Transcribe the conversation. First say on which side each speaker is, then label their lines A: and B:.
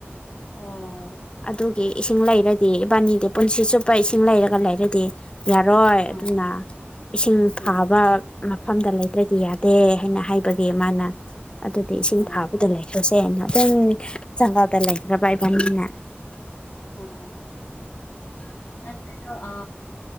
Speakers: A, on the left; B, on the left.
A: ꯑꯣ <unintelligible> <inaudible>
B: ꯑꯗꯨꯒꯤ ꯏꯁꯤꯡ ꯂꯩꯔꯗꯤ ꯏꯕꯥꯅꯤꯗꯤ ꯄꯨꯟꯁꯤ ꯆꯨꯞꯄ ꯏꯁꯤꯡ ꯂꯩꯔꯒ ꯂꯩꯔꯗꯤ ꯌꯥꯔꯣꯏ
A: ꯑꯣ
B: ꯑꯗꯨꯅ ꯏꯁꯤꯡ
A: ꯑꯦ
B: ꯐꯥꯕ ꯃꯐꯝꯗ ꯂꯩꯇ꯭ꯔꯗꯤ ꯌꯥꯗꯦ ꯍꯥꯏꯅ ꯍꯥꯏꯕꯒꯤ ꯃꯥꯅ ꯑꯗꯨꯗꯤ ꯏꯁꯤꯡ
A: ꯑꯣ
B: ꯐꯥꯕꯗ ꯂꯩꯈ꯭ꯔꯁꯤ ꯅ ꯑꯗꯨꯝ ꯆꯪꯒꯒꯥ ꯇ ꯂꯩꯦ ꯆꯕꯥꯕꯅ
A: ꯑꯣ ꯅ ꯀ ꯑ